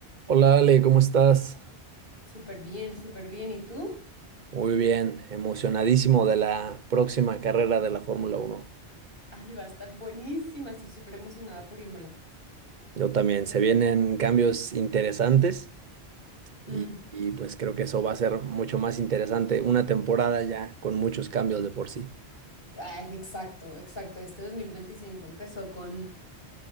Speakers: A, on the right; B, on the left.
A: Hola Ale, ¿cómo estás?
B: Súper bien, súper bien. ¿Y tú?
A: Muy bien, emocionadísimo de la próxima carrera de la Fórmula Uno.
B: Ay, va a estar buenísima. Estoy súper emocionada por Imola.
A: Yo también, se vienen cambios interesantes
B: Mm.
A: y, y, pues creo que eso va a ser mucho más interesante, una temporada ya con muchos cambios de por sí.
B: Ay, exacto, exacto. Este 2025 empezó con,